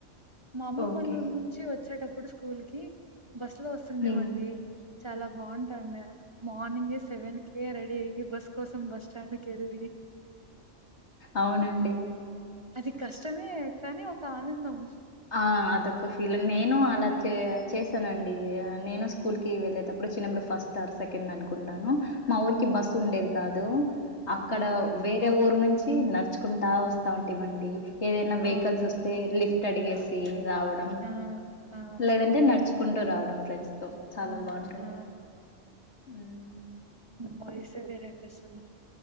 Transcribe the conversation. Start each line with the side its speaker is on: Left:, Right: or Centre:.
Right: మా అమ్మమ్మోల్లూరు
Left: ఓకే
Right: నుంచి వ చ్చేటప్పుడు స్కూల్ కి బస్ లో వస్తుంటిమండి
Left: హ్మ్
Right: చాలా బాగుంటాండ మార్నింగ్ ఎ సెవెన్ కే రెడీ అయ్యి బస్ కోసం బస్ స్టాండ్‌కెళ్ళి
Left: అవునండి
Right: అది కష్టమే కానీ ఒక ఆనందం
Left: ఆ అదొక ఫీలింగ్ నేనూ ఆ లా చే చేశానండి నేనూ స్కూల్
Right: హ్మ్.
Left: కి వెళ్ళేటప్పుడు చిన్నప్పుడు ఫస్ తార్ సెకండ్ అనుకుంటాను మా ఊరికి
Right: హ్మ్.
Left: బస్ ఉండేది కాద్ దు అక్కడ
Right: ఆ!
Left: వేరే ఊరు నుంచి కి నడుచుకుంటా వస్తా ఉంటిమండి ఏదైనా వెహికల్స్
Right: ఆ!
Left: వస్తే లిఫ్ టడిగేసి రావడం
Right: ఆ! ఆ!
Left: లేదంటే నడుచుకున్ టో రావడం ఫ్రెండ్స్ తో చాలా
Right: ఆ!
Left: బావుంటుంది
Right: ఆ!
Left: ఉమ్
Right: బాయ్స్ వేరే‌ బస్సులు